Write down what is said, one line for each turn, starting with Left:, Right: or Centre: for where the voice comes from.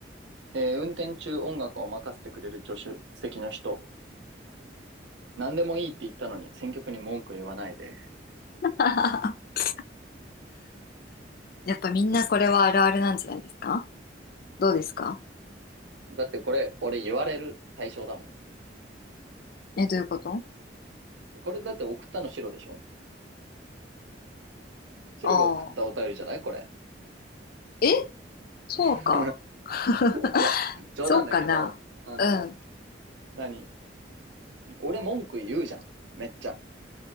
Right: えー運転中音楽を任せてくれる助手席の人。何でもいいって言ったのに選曲に文句言わないで。
Left: <laughs> やっぱみんなこれはあるあるなんじゃないですかどうですか
Right: だってこれ、俺言われる対象だも
Left: え、どういうこと
Right: ん。これだって送ったの白でしょ白が送ったお便りじゃないこれ。
Left: ああー。えそうか。
Right: <laughs>
Left: <laughs>
Right: いや、冗談だけど、
Left: そうかな。
Right: あの、
Left: うん。
Right: 何俺文句言うじゃん。めっちゃ。